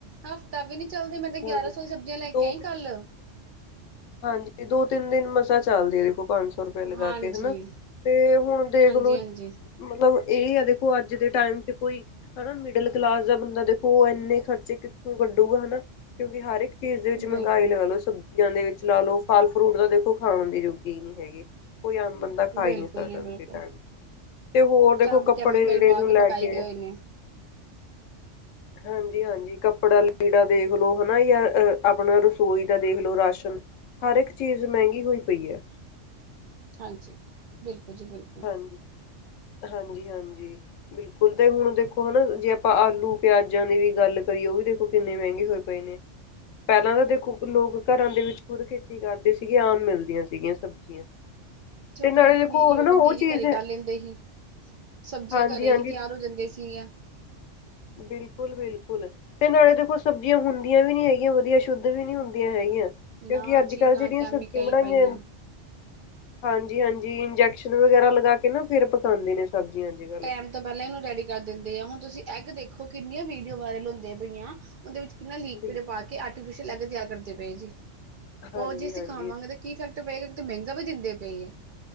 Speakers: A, on the right; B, on the left.
A: ਹਫ਼ਤਾ ਵੀ ਨੀ ਚਲਦੀ ਮੈਂ ਤੇ ਗਿਆਰਾਂ
B: ਹਾਂਜੀ
A: ਸੌ ਦੀਆਂ ਸਬਜ਼ੀਆਂ ਲੈ ਕੇ
B: ਦੋ
A: ਆਈ
B: ਕੁ
A: ਕੱਲ
B: ਹਾਂਜੀ ਦੋ ਤਿੰਨ ਦਿਨ ਮਸਾ ਚੱਲਦੀ ਹੈ ਦੇਖੋ ਪੰਜ ਸੌ ਸੋ ਰੁਪਏ ਲਗਾ
A: ਹਾਂਜੀ
B: ਕੇ ਹਨਾ ਤੇ ਹੁਣ ਦੇਖਲੋ
A: ਹਾਂਜੀ ਹਾਂਜੀ
B: ਮਤਲਬ ਇਹ ਆ ਦੇਖੋ ਅੱਜ ਦੇ ਟਾਈਮ ਤੇ ਕੋਈ ਹਨਾਂ, ਮਿਡਲ ਕਲਾਸ ਦਾ ਬੰਦਾ ਦੇਖੋ ਇੰਨੇ ਖਰਚੇ ਕਿੱਥੋਂ ਕੱਢੂਗਾ ਹਨਾ ਕਿਉਂਕਿ ਹਰ ਇੱਕ ਚੀਜ਼ ਦੇ ਵਿੱਚ
A: ਬਿਲਕੁਲ
B: ਮਹਿੰਗਾਈ ਲਗਾ ਲੋ ਸਬਜ਼ੀਆਂ ਦੇ ਵਿੱਚ ਲਾ ਲਓ। ਫਲ ਫਰੂਟ ਤਾਂ ਦੇਖੋ ਖਾਣ ਦੀ ਜੁਗੀ ਨ੍ਹੀਂ ਹੈਗੇ, ਕੋਈ ਆਮ ਬੰਦਾ ਖਾ
A: ਬਿਲਕੁਲ
B: ਈ ਨ੍ਹੀਂ ਸਕਦਾ
A: ਜੀ ਬਿਲਕੁਲ
B: ਦੂਜੇ ਟਾਈਮ ਤੇ ਹੋਰ ਦੇਖੋ
A: ਸਭ
B: ਕੱਪੜੇ
A: ਕੈਮੀਕਲ
B: ਲੀੜੇ
A: ਪਾ
B: ਨੂੰ ਲੈ
A: ਪਕਾਏ
B: ਕੇ
A: ਗਏ ਹੋਏ ਨੇ
B: ਹਾਂਜੀ ਹਾਂਜੀ ਕੱਪੜਾ ਲੀੜਾ ਦੇਖ ਲੋ ਹਨਾ ਯ ਆਪਣਾ ਰਸੋਈ ਦਾ ਦੇਖ ਲੋ ਰਾਸ਼ਨ ਹਰ ਇੱਕ ਚੀਜ਼ ਮਹਿੰਗੀ ਹੋਈ ਪਈ ਐ।
A: ਹਾਂਜੀ, ਬਿਲਕੁਲ ਜੀ ਬਿਲਕੁਲ।
B: ਹਾਂਜੀ, ਹਾਂਜੀ ਹਾਂਜੀ। ਬਿਲਕੁਲ ਤੇ ਹੁਣ ਦੇਖੋ ਹਨਾ, ਜੇ ਆਪਾਂ ਆਲੂ ਪਿਆਜਾਂ ਦੀ ਵੀ ਗੱਲ ਕਰੀਏ ਉਹ ਵੀ ਦੇਖੋ ਕਿੰਨੇ ਮਹਿੰਗੇ ਹੋਏ ਪ ਨੇ ਪਹਿਲਾਂ ਤਾਂ ਦੇਖੋ ਲੋਕ ਘਰਾਂ ਦੇ ਵਿੱਚ ਖੁਦ ਖੇਤੀ ਕਰਦੇ ਸੀਗੇ ਆਮ ਮਿਲਦੀਆਂ ਸੀਗੀਆਂ ਸਬਜ਼ੀਆਂ
A: ਛੋਟੀ-ਛੋਟੀ
B: ਤੇ ਨਾਲੇ ਦੇਖੋ
A: ਪਨੀਰੀ
B: ਹਨਾ
A: ਉਹ ਪਨੀਰੀ
B: ਚੀਜ਼
A: ਘਰੇ
B: ਹੈ
A: ਕਰ ਲੈਂਦੇ ਹੀ, ਸਬਜ਼ੀਆਂ
B: ਹਾਂਜੀ
A: ਘਰੇ
B: ਹਾਂਜੀ
A: ਹੀ ਤਿਆਰ। ਜਾਂਦੇ ਸੀਗੀਆਂ।
B: ਬਿਲਕੁਲ ਬਿਲਕੁਲ। ਤੇ ਨਾਲੇ ਦੇਖੋ ਸਬਜ਼ੀਆਂ ਹੁੰਦੀਆਂ ਵੀ ਨੀ ਹੈਗੀਆਂ ਵਧੀਆ ਸ਼ੁੱਧ ਵੀ ਨ੍ਹੀਂ ਹੁੰਦੀਆਂ ਹੈਗੀਆਂ। ਕਿਉਂਕਿ
A: ਨਾ
B: ਅੱਜ-ਕੱਲ੍ਹ
A: ਜੀ ਨਾ
B: ਜਿਹੜੀਆਂ
A: ਕੈਮੀਕਲ
B: ਸਬਜ਼ੀਆਂ ਬਣਾਈਆਂ
A: ਪਾਈਆਂ
B: ਹਾਂਜੀ ਹਾਂਜੀ, ਇੰਜੈਕਸ਼ਨ ਵਗੈਰਾ ਲਗਾ ਕੇ ਨਾ ਫਿਰ ਪਕਾਂਦੇ ਨੇ ਸਬਜ਼ੀਆਂ। ਕੱਲ
A: ਟਾਈਮ ਤਾਂ ਪਹਿਲਾਂ ਇਹਨੂੰ ਰੈਡੀ ਕਰ ਦਿੰਦੇ ਆ, ਹੁਣ ਤੁਸੀਂ ਐੱਗ ਦੇਖੋ ਕਿੰਨੀਆਂ ਵੀਡੀਓ ਵਾਇਰਲ ਹੁੰਦੀਆਂ ਪਈਆਂ। ਉਹਦੇ ਵਿੱਚ ਕਿੰਨਾ ਲੀਕਅਡ
B: ਬਿਲ
A: ਪਾ ਕੇ ਆਰਟੀਫਿਸ਼ਲ ਐੱਗ ਤਿਆਰ ਕਰਦੇ ਪਏ ਜੀ,
B: ਹਾਂਜੀ
A: ਉਹ ਜੇ ਅਸੀਂ
B: ਹਾਂਜੀ
A: ਖਾਵਾਂਗੇ ਤੇ ਕੀ ਇਫੈਕਟ ਪਏਗਾ ਕਿਤੇ ਮਹਿੰਗਾ ਵੀ ਦਿੰਦੇ ਪਏ ਐ।